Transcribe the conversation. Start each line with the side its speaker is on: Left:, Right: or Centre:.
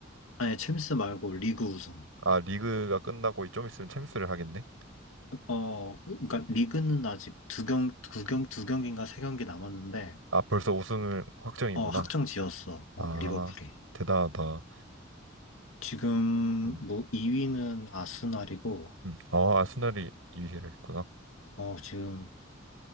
Left: 아니, 챔스 말고 리그 우승.
Right: 아, 리그가 끝나고 좀 있으면 챔스를 하겠네.
Left: 어, 그러니까 리그는 아직 두 경, 두 경, 두 경기인가 세 경기 남았는데,
Right: 아, 벌써 우승을 확정이구나.
Left: 어, 확정 지었어,
Right: 아,
Left: 어, 리버풀이.
Right: 대단하다.
Left: 지금
Right: 응.
Left: 뭐 2위는 아스날이고,
Right: 음. 아, 아스날이 2위를 했구나.
Left: 어, 지금